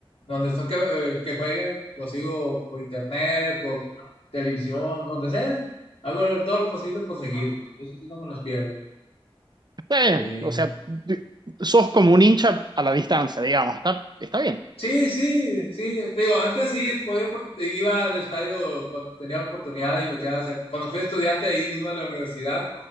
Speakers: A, on the left; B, on the right.
A: donde nos toque eh, que jueguen, lo sigo por internet, por televisión, donde sea. Hago todo lo posible por seguirlos. Eso sí, no me los pierdo.
B: Está bien,
A: Sí.
B: o sea, di- sos como un hincha a la distancia, digamos, está, está bien,
A: Sí, sí, sí, te digo, antes sí podía, por- iba al estadio cuando tenía oportunidad y me quedaba cerca. Cuando fui estudiante ahí mismo en la universidad,